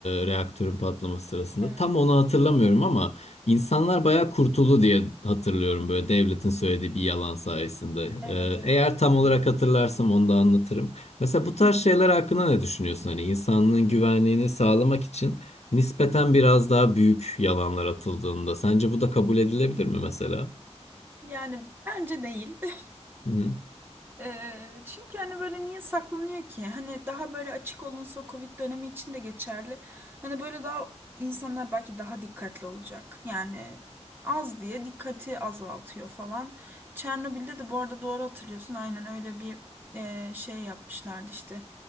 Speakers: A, on the left (about 70°); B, on the right (about 20°).
A: reaktörün patlaması sırasında.
B: Evet.
A: Tam onu hatırlamıyorum ama insanlar bayağı kurtuldu diye hatırlıyorum böyle devletin söylediği bir yalan sayesinde.
B: Evet
A: E,
B: evet.
A: eğer tam
B: Doğru.
A: olarak hatırlarsam onu da anlatırım. Mesela bu
B: <laughs>
A: tarz şeyler hakkında ne düşünüyorsun? Hani insanlığın güvenliğini sağlamak için nispeten biraz daha büyük yalanlar atıldığında sence bu da kabul edilebilir mi mesela?
B: Yani bence değil. <laughs>
A: Hı hı.
B: Ee, çünkü hani böyle niye saklanıyor ki? Hani daha böyle açık olunsa o Covid dönemi için de geçerli. Hani böyle daha insanlar belki daha dikkatli olacak. Yani az diye dikkati azaltıyor falan. Çernobil'de de bu arada doğru hatırlıyorsun. Aynen öyle bir e, şey yapmışlardı işte.